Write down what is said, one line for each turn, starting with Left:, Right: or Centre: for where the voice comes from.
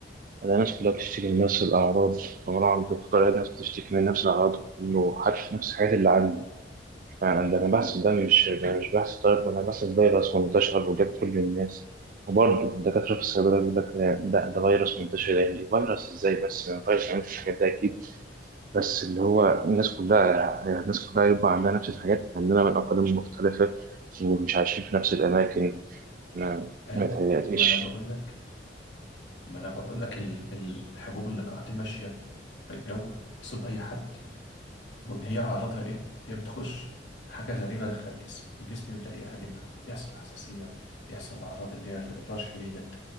Right: ألاقي الناس كلها بتشتكي من نفس الأعراض لما أروح عند الدكتور ألاقي الناس بتشتكي من نفس الأعراض كله عارف نفس الحاجات اللي عندي فعلا ده انا بحث ده مش ده مش بحث طيب ولا بحث فيروس منتشر وجاب كل الناس وبرضه الدكاترة في الصيدلة يقول لك ده ده فيروس منتشر الأيام دي فيروس إزاي بس ما فيروس ما يعملش الحاجات ده أكيد بس اللي هو الناس كلها الناس كلها يبقى عندها نفس الحاجات عندنا من أقاليم مختلفة ومش عايشين في نفس الأماكن أنا
Left: ايوه
Right: ما يتهيأليش
Left: ما انا بقول لك ما انا بقول لك ال- الحبوب اللقاح دي ماشيه في الجو بتصيب اي حد هي اعراضها ايه؟ هي بتخش حاجه غريبه داخله الجسم الجسم يبدا يهاجمها يحصل حساسيه يحصل اعراض اللي هي الرشح دي